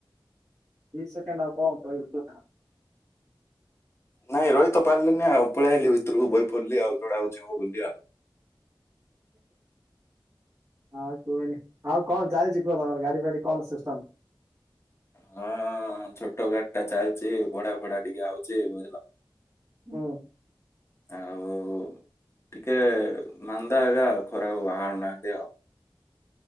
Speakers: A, on the right (about 35°); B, on the left (about 30°).
A: ଦି ସେକେଣ୍ଡ ହବ କହିବି କଥା
B: ନାଇଁ ରହିତ ପାରିଲିନି ଆଉ ପଳେଆଇଲିି ଭିତରୁକୁ ବହି ପଡିଲି ଆଉ ଯୋଡା ହଉଛି ହଉ ବୋଲି ଆଉ
A: ଆଉ କୁହନି ଆଉ କଣ ଚାଲିଛି କୁହ ତମର ଗାଡି ଫାଡି କଣ ସିଷ୍ଟମ
B: ହଁ ଛୋଟ ଗାଡି ଟା ଚାଲିଚ ଭଡା ଭଡା ଟିକେ ଆଉଛି ବୁଝିଲ,
A: ହଁ
B: ଆଉ ଟିକେ ମାନ୍ଦା ଆଗା ଖରାକୁ ବାହାରାରୁ ନାହାନ୍ତି ଆଉ,